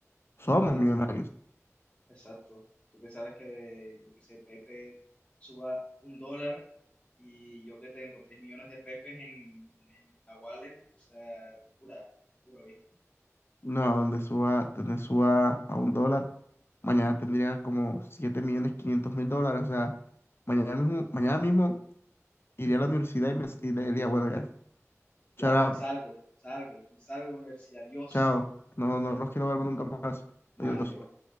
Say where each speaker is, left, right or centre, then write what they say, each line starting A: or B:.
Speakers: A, on the left (about 50°); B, on the left (about 25°).
A: Somos
B: es verdad.
A: millonarios.
B: Exacto. Tú que sabes que, yo que sé, Pepe suba un dólar y yo que tengo tres millones de Pepes en, en la wallet, o sea, locura, locura, ¿viste?
A: No, donde suba, donde suba a un dólar, mañana tendría como siete millones quinientos mil dólares. O sea, mañana mismo, mañana mismo iría a la universidad y, me, y le diría, bueno, ya,
B: Ya,
A: shut up,
B: me salgo, salgo, me salgo de la universidad. Dios,
A: chao. No, no los quiero ver nunca más.
B: man,
A: Adiós.
B: yo.